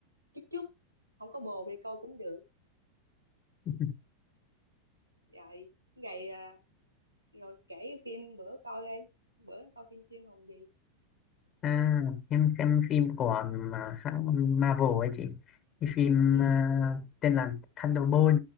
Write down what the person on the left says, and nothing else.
<laughs>
à, em xem phim của um, hãng Marvel ấy chị. Cái phim
à, tên là Thunderbolt,